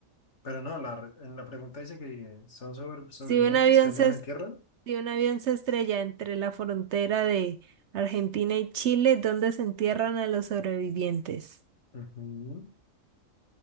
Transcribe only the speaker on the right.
Si
un avión
se,
es-
si un avión se estrella entre la frontera de Argentina y Chile, ¿dónde se entierran a los sobrevivientes?